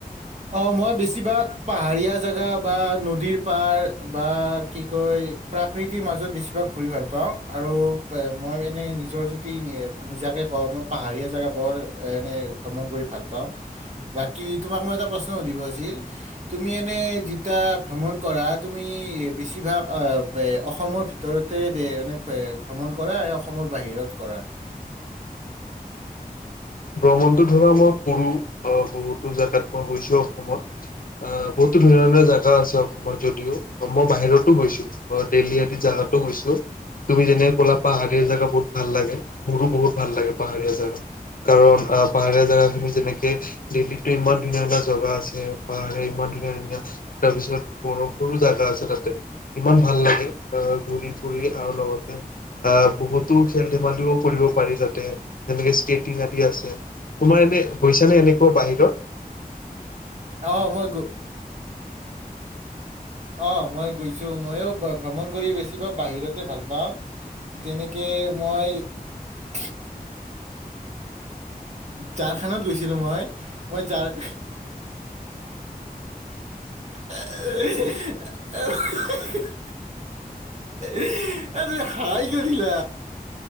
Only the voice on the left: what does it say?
ভ্ৰমণটো ধৰা মই কৰো বহুতো জোগাত মই গৈছো অসমত বহুতো ধুনীয়া ধুনীয়া জেগা আছে অসমত যদিও মই বাহিৰতো গৈছো দেলহি আদি জেগাতো গৈছো তুমি যেনেক কোলা পাহাৰীয়া জেগা বহুত ভাল লাগে মোৰো বহুত ভাল লাগে পাহাৰীয়া জেগা কাৰণ। অ পাহাৰীয়া জেগাখিনি যেনেকে দিল্লীটো ইমান ধুনীয়া ধুনীয়া জেগা আছে পাহাৰীয়া ইমান ধুনীয়া ধুনীয়া তাৰপিছত বৰফৰো জেগা আছে তাতে। ইমান ভাল লাগে অ। ঘুৰি ফুৰি আৰু লগতে আহ বহুতো খেল ধেমালিও কৰিব পাৰি তাতে যেনেকে স্কেটিং আদি আছে। তোমাৰ এনে গৈছানে এনেকুৱা বাহিৰত।